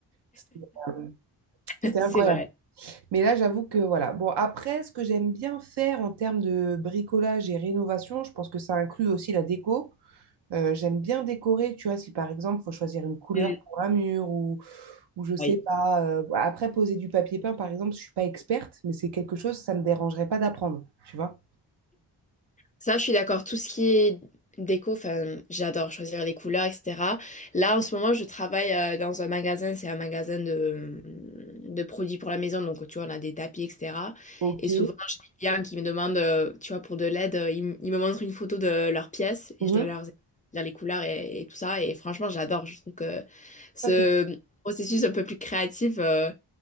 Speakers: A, on the right; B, on the left.
A: C'était euh,
B: <laughs>
A: c'était
B: c'est
A: incroyable.
B: vrai.
A: Mais là, j'avoue que voilà. Bon, après, ce que j'aime bien faire en termes de bricolage et rénovation, je pense que ça inclut aussi la déco. Euh, j'aime bien décorer, tu vois, si par exemple, faut choisir une couleur
B: Mm,
A: pour un mur ou, ou je sais
B: Oui.
A: pas. euh, après, poser du papier peint, par exemple, je suis pas experte, mais c'est quelque chose, ça me dérangerait pas d'apprendre, tu vois.
B: Ça, je suis d'accord. Tout ce qui est déco, enfin, j'adore choisir les couleurs, etc. Là, en ce moment, je travaille euh, dans un magasin. C'est un magasin de, de produits pour la maison. Donc, tu vois, on a des tapis, etc.
A: Ok.
B: Et souvent, j'ai des clients qui me demandent, euh, tu vois, pour de l'aide, euh, ils, m- ils me montrent une photo de leur pièce
A: Mhm.
B: et je dois leur dire les couleurs et, et tout ça. Et franchement, j'adore. Je trouve que ce
A: Ça, c'est
B: processus un peu plus créatif, euh,